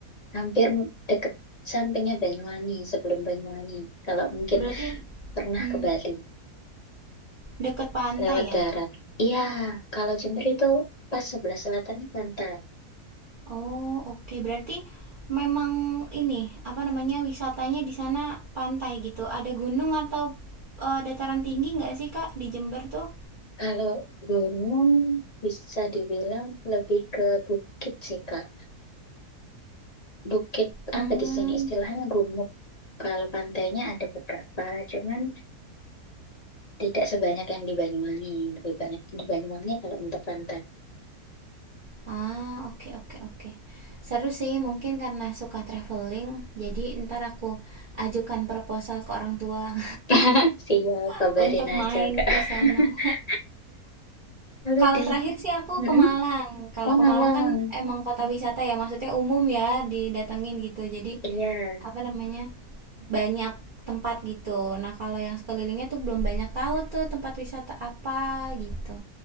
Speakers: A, on the left (about 45°); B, on the right (about 40°).
A: hampir deket sampingnya Banyuwangi, sebelum Banyuwangi. Kalau mungkin
B: berarti
A: pernah
B: hmm,
A: ke Bali,
B: deket pantai
A: lewat
B: ya?
A: darat. Iya, kalau Jember itu pas sebelah selatannya pantai.
B: Oh, oke. Berarti memang ini, apa namanya, wisatanya di sana pantai gitu. Ada gunung atau eh, dataran tinggi nggak sih, Kak, di Jember tuh?
A: Kalau gunung bisa dibilang lebih ke bukit sih, Kak. Bukit
B: Hmm.
A: apa di sini istilahnya gumuk. Kalau pantainya ada beberapa, cuman tidak sebanyak yang di Banyuwangi. Lebih banyak di Banyuwangi kalau untuk pantai.
B: Ah, oke, oke, oke. Seru sih, mungkin karena suka traveling, jadi ntar aku ajukan proposal ke orang tua
A: <laughs> Siap,
B: <laughs>
A: kabarin
B: untuk
A: aja,
B: main
A: Kak.
B: ke
A: <laughs>
B: sana.
A: Kalau
B: Kalau
A: di
B: terakhir sih aku
A: Mm-mm.
B: ke Malang. Kalau
A: Oh,
B: ke
A: Malang.
B: Malang kan emang kota wisata ya, maksudnya umum ya didatengin gitu. Jadi
A: Iya.
B: apa namanya banyak tempat gitu. Nah kalau yang sekelilingnya tuh belum banyak tahu tuh tempat wisata apa gitu.